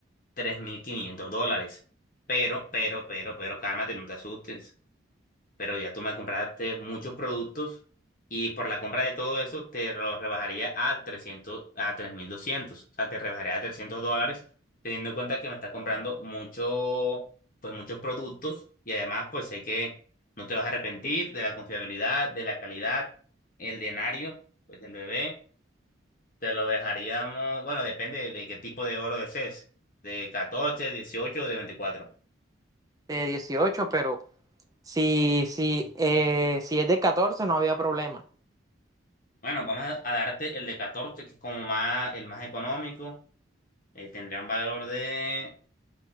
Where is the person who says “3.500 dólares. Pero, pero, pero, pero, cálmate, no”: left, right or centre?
Left